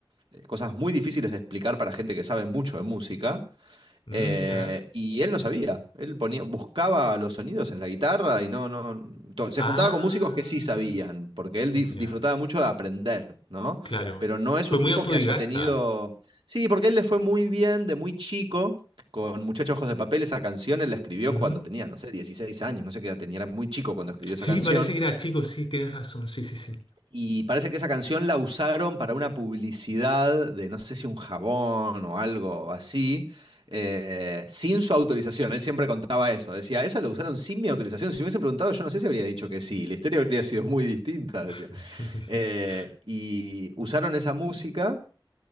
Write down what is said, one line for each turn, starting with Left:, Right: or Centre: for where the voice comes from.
Right: eh, cosas muy difíciles de explicar para gente que sabe mucho de música.
Left: mm,
Right: eh,
Left: mira.
Right: y él no sabía. Él ponía, buscaba los sonidos en la guitarra y no, no. to- se
Left: Ah,
Right: juntaba con músicos que sí sabían, porque él di- disfrutaba
Left: ya.
Right: mucho de aprender, ¿no?
Left: Claro.
Right: Pero no es
Left: Fue
Right: un
Left: muy
Right: tipo
Left: autodidacta.
Right: que haya tenido. Sí, porque él le fue muy bien de muy chico. Con Muchachos Ojos de Papel, esa canción él la escribió
Left: Ujú.
Right: cuando tenía, no sé, 16 años, no sé qué edad tenía, era muy chico cuando escribió esa
Left: Sí,
Right: canción.
Left: parece que era chico, sí, tienes razón, sí, sí, sí.
Right: Y parece que esa canción la usaron para una publicidad de no sé si un jabón o algo así, eh, sin su autorización. Él siempre contaba eso. Decía, eso lo usaron sin mi autorización. Si me hubiesen preguntado, yo no sé si habría dicho que sí. La historia habría sido muy distinta,
Left: <laughs>
Right: decía. Eh, y usaron esa música.